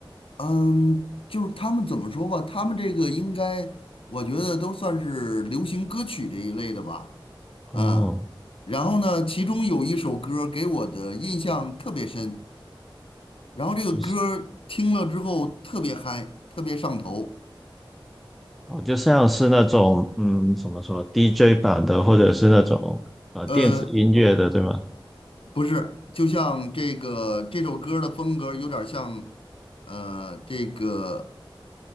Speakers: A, on the left; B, in the centre.
A: 嗯，就是他们怎么说吧，他们这个应该，我觉得都算是流行歌曲这一类的吧。
B: 哦，
A: 嗯，然后呢，其中有一首歌儿给我的印象特别深，然后这个歌儿听了之后特别嗨，
B: 就是
A: 特别上头。
B: 哦，就像是那种嗯，怎么说 DJ 版的，或者是那种呃电子音乐的，
A: 呃，
B: 对吗？
A: 不是，就像这个这首歌儿的风格有点儿像，呃，这个